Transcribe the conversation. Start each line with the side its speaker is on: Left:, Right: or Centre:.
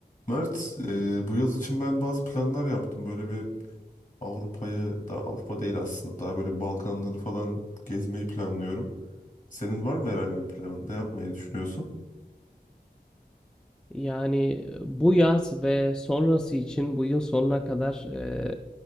Left: Mert, e, bu yaz için ben bazı planlar yaptım. Böyle bir Avrupa'yı, da Avrupa değil aslında, daha böyle Balkanları falan gezmeyi planlıyorum. Senin var mı herhangi bir planın? Ne yapmayı düşünüyorsun?
Centre: Yani bu yaz ve sonrası için bu yıl sonuna kadar eee,